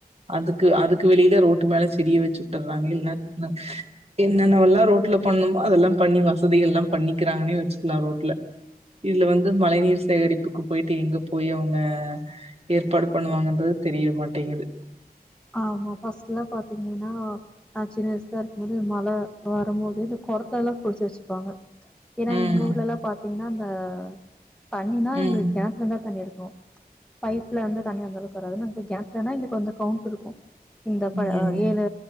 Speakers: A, on the right (about 40°); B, in the centre.
A: அதுக்கு அதுக்கு வெளில ரோட்டு மேல செடிய வச்சு வுட்டுர்றாங்க இல் <inaudible> என்னென்னவெல்லா ரோட்ல பண்ணுமோ அதெல்லா பண்ணி வசதிகள்லா பண்ணிக்கிறாங்னே வச்சுக்லா ரோட்ல இதுல வந்து மழை நீர் சேகரிப்புக்கு போயிட்டு எங்க போ போயி அவுங்க ஏற்பாடு பண்ணுவாங்கன்றது தெரிய மாட்டேங்குது
B: ஆமா ஃபர்ஸ்ட்லா பாத்தீங்கன்னா நா சின்ன வய்சுலா இருக்கும்போது மழ வரம்போது இந்த கொடத்லல்லா புடிச்சு வச்சுப்பாங்க ஏனா
A: ம்.
B: எங்க ஊர்லல்லா பாத்தீங்கன்னா அந்த தண்ணினா
A: ம்
B: எங்ளுக் கெணத்லந்தா தண்ணி எடுக்னு பைப்லருந்து தண்ணி அந்தளவுக்கு வராது நாங்போய் கெணத்லனா எங்ளுக்கு வந்து கவுண்ட்டுருக்கு இந்த
A: ம்
B: ப ஆ ஏழு